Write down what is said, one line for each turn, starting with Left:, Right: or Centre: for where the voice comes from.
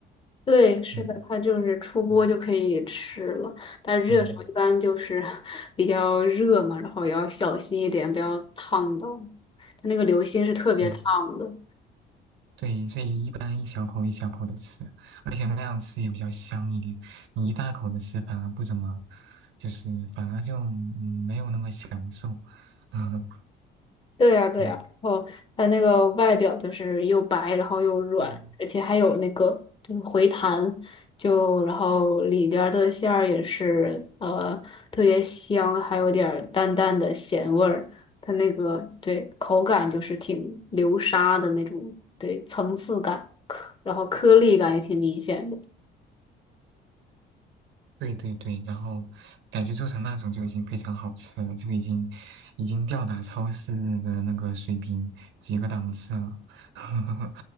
Left: 对，是的，
Right: 嗯，
Left: 它就是出锅就可以吃了，
Right: 嗯
Left: 但是热的时候一般就是
Right: 对
Left: <laughs> 比较热嘛，然后也要小心一点，不要烫到。它那个流心是特别烫的。
Right: 对对，所以一般一小口一小口的吃，而且那样吃也比较香一点。你一大口的吃反而不怎么，就是反而就嗯没有那么享受。<laughs>
Left: 对呀，对呀，
Right: 嗯。
Left: 然后它那个外表就是又白，然后又软，
Right: 嗯
Left: 而且还有那个就是回弹，就然后里边儿的馅儿也是呃特别香，还有点儿淡淡的咸味儿。它那个对口感就是挺流沙的那种，对层次感，颗然后颗粒感也挺明显的。
Right: 对对对，然后感觉做成那种就已经非常好吃了，就已经已经吊打超市的那个水平几个档次了。<laughs>